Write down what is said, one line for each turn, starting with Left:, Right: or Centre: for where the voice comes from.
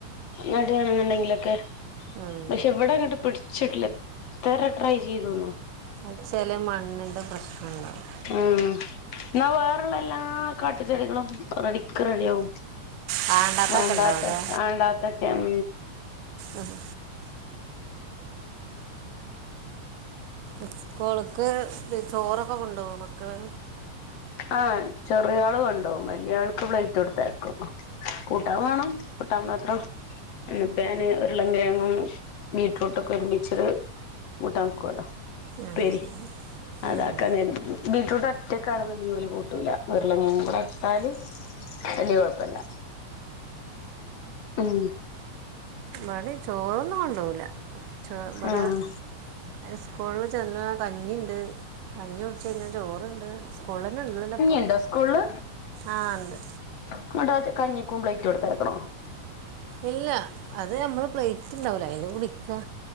Left: ണെന്നുണ്ടെങ്കിലൊക്കെ
Right: ഉം.
Left: പക്ഷെ ഇവിടെ ങ്ങട്ട് പിടിച്ചിട്ടില്ല എത്ര ട്രൈ ചെയ്തൂന്നോ
Right: അഹ് ചെല മണ്ണിന്റെ പ്രശ്നണ്ടാവും
Left: ആഹ് എന്നാ വേറെള്ള എല്ലാ കാട്ടു ചെടികളും റെഡിക്ക് റെഡി ആവും
Right: വേണ്ടാത്തൊക്കെ
Left: വേണ്ടാത്ത
Right: ഉണ്ടാവൂലേ
Left: വേണ്ടാത്തൊക്കെ ഉം
Right: അത് ഇസ്കൂൾക്ക് ചോറൊക്കെ കൊണ്ടോവോ മക്കള്
Left: ആഹ് ചെറിയോള് കൊണ്ടോവും വലിയാൾക്ക് പ്ലേറ്റ് കൊടുത്തയക്കും കൂട്ടാൻ വാണം കൂട്ടാൻ മാത്രം ഉം അപ്പം ഞാന് ഉരുളം കിഴങ്ങും ബീറ്റ്റൂട്ടൊക്കെ ഒരുമിച്ചൊരു കൂട്ടാൻ വെക്കോലോ
Right: ആ
Left: പ്പേരി
Right: ശരി
Left: അതാക്കാനാരുന്നു
Right: ഉം.
Left: ബീറ്റ്റൂട്ട് ഒറ്റക്കാണന്ന്ണ്ടങ്കി ഓല് കൂട്ടൂലാ ഉരുളംകേങ്ങ് കൂടെ ഇട്ടാല് വെല്യ കൊഴപ്പ്ല്ല ഉം
Right: മടി ചോറൊന്നും കൊണ്ടുപോവൂല്ല ചോ ഇവടെ
Left: ആഹ്
Right: ഹൈസ്കൂൾല് ചെന്നാ കഞ്ഞി ണ്ട് കഞ്ഞി കുടിച്ചു കഴിഞ്ഞാ ചോറ്ണ്ട് സ്കൂൾലന്നെള്ളല്ലോപ്പം
Left: ഇണ്ടോ സ്കൂൾല്
Right: ആഹ് ഉണ്ട്
Left: <unintelligible> കഞ്ഞിക്കും പ്ലേയ്റ്റൊട്ത്തയ്ക്കണോ
Right: ഇല്ല അത് ഞമ്മള് പ്ലേറ്റ്ണ്ടാവൂലെ അയ്ല് കുടിക്കാ